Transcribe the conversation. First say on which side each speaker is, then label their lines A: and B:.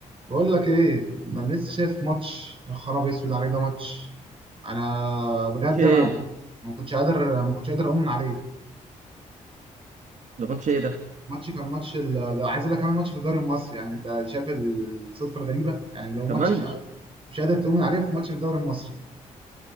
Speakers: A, on the right; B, on the right.
A: بقول لك ايه ده انا لسه شايف ماتش يا خرابي اسود عليه ده ماتش انا بجد
B: ماتش ايه
A: انا ايه ما كنتش قادر ما كنتش قادر اؤمن عليه
B: ده ماتش ايه ده
A: ماتش كان ماتش ال... ده عايز اقول لك كمان ماتش في الدوري المصري يعني انت شايف الصدفه الغريبه يعني لو ماتش
B: كمان
A: مش قادر مش قادر تؤمن عليه في ماتش في الدوري المصري